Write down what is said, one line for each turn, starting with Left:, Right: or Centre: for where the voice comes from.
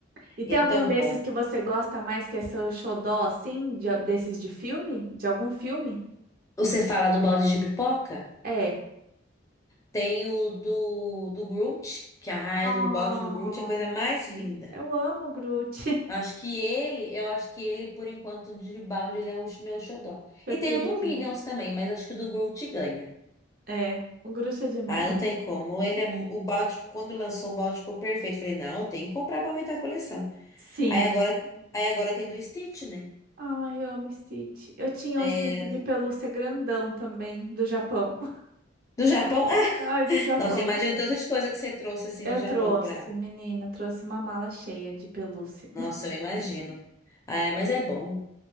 Right: E tem
Left: E é
Right: algum
Left: tão
Right: desses
Left: bom.
Right: que você gosta mais que é seu xodó, assim, de- desses de filme? De algum filme?
Left: Você fala do balde de pipoca?
Right: É,
Left: Tem o do, do Groot, que a
Right: Oh,
Left: do balde do Groot é a coisa mais linda.
Right: eu amo o Groot, <laughs>
Left: Acho que ele, eu acho que ele, por enquanto, de balde, ele é o meu xodó.
Right: seu
Left: E
Right: queridinho.
Left: tem o do Minions também, mas acho que o do Groot ganha.
Right: é, o Groot é demais.
Left: Ah, não tem como. Ele é, mu- o balde, quando lançou o balde ficou perfeito. Falei, não, tem que comprar pra aumentar a coleção.
Right: Sim.
Left: Aí agora, aí agora tem do Stitch, né?
Right: Ai, eu amo Stitch. Eu tinha
Left: É,
Right: um Stitch de pelúcia grandão também, do Japão. <laughs>
Left: do Japão. <laughs>
Right: Ai, do Japão.
Left: Ah, nossa, imagino tanta de coisa que você trouxe assim
Right: Eu
Left: do Japão
Right: trouxe,
Left: pra.
Right: menina, trouxe uma mala cheia de pelúcia.
Left: Nossa, eu imagino. Ah, mas é bom.